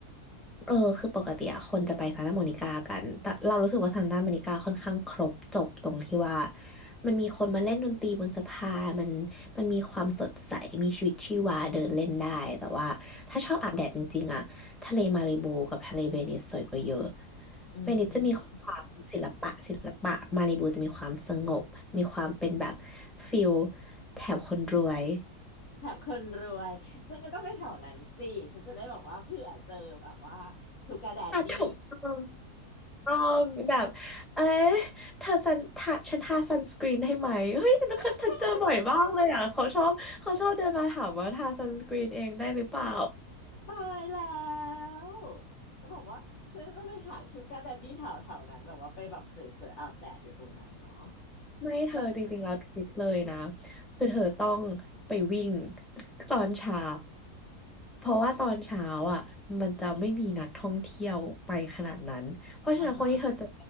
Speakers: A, in the centre; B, on the left (about 60°).
A: เออคือปกติอะคนจะไปซานตาโมนิกากันแต่เรารู้สึกว่าซานตาโมนิกาค่อนข้างครบจบตรงที่ว่ามันมีคนมาเล่นดนตรีบนสะพานมันมันมีความสดใสมีชีวิตชีวาเดินเล่นได้แต่ว่าถ้าชอบอาบแดดจริงๆอะทะเลมารลโบกับทะเลเวนิสสวยกว่าเยอะ
B: อืม
A: เวนิสจะมีความศิลปะศิลปะมารลบบจะมีความสงบมีความเป็นแบบฟิลแถบคนรวย
B: แถมคนรวยฉันจะต้องไปแถวนั้นสิฉันจะได้แบบว่าเผื่อเจอแบบว่าชูการ์แดดดี
A: <laughs> อ่ะถูกต้อง ต้องแบบเอ๊ะเธอซันทาฉันทาซันสกรีนให้ไหม เฮ้ยฉันเคยฉันเจอบ่อยมากเลยอ่ะเขาชอบเขาชอบเดินมาถามว่าทาซันสกรีนเองได้หรือเปล่า
B: <laughs> ตายแล้วแล้วบอกว่าฉันจะต้องไปหาชูการ์แดดดี้แถวแถวนั้นแบบว่าไปแบบสวยๆอาบแดดอยู่ตรงนั้นเนาะ
A: <laughs> ไม่เธอจริงๆแล้วทริคเลยนะ
B: แล้ว
A: คือเธอต้องไปวิ่ง <laughs> ตอนเช้าเพราะว่าตอนเช้าอ่ะมันจะไม่มีนักท่องเที่ยวไปขนาดนั้นเพราะฉะนั้นคนที่เธอเจอ
B: อ่าฮะ